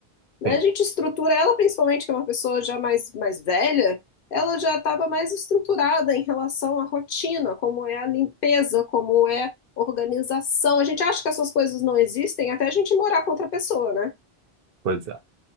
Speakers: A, on the left (about 65°); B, on the right (about 65°).
A: né?
B: sim.
A: A gente estrutura ela, principalmente que é uma pessoa já mais, mais velha, ela já estava mais estruturada em relação à rotina, como é a limpeza, como é organização. A gente acha que essas coisas não existem até a gente morar com outra pessoa, né?
B: Pois é.